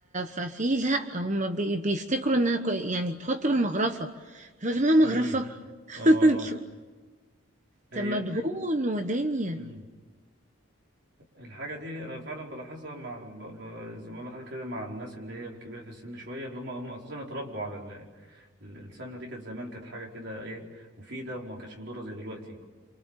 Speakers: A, on the right; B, on the right.
A: ففي لا هم بي... بيفتكروا انها كو... يعني تحط بالمغرفة فاكر انها مغرفة
B: امم اه
A: <laughs>
B: اه هي
A: طب مدهون ودنيا
B: امم الحاجة دي أنا فعلا بلاحظها مع ب... ب... زي ما بقول لحضرتك كده مع الناس اللي هي الكبيرة في السن شوية اللي هم هم أساسا اتربوا على ال... ال- السمنة دي كانت زمان كانت حاجة كده إيه مفيدة وما كانتش مضرة زي دلوقتي